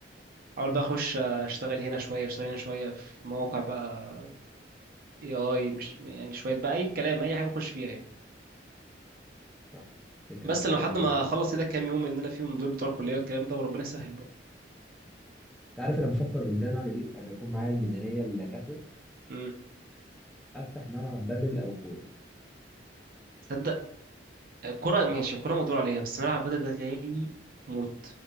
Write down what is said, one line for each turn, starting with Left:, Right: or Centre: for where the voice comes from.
Right: احاول بقى
Centre: <laughs>
Right: اخش اشتغل هنا شويه اشتغل هنا شويه في مواقع بقى اي اي مش يعني شويه بقى اي كلام اي حاجه بخش فيها يعني
Centre: صح فكره
Right: بس لو حد
Centre: جميله
Right: ما
Centre: انت
Right: اخلص كده كام يوم ان انا فيهم دول بتوع الكليه والكلام ده وربنا يسهل بقى
Centre: عارف انا بفكر قدام اعمل ايه ابقى يكون معايا الميزانيه الكافيه
Right: امم
Centre: افتح ملعب بدل او كوره
Right: تصدق الكوره ماشي الكوره مقدور عليها بس ملعب بدل ده غالي موت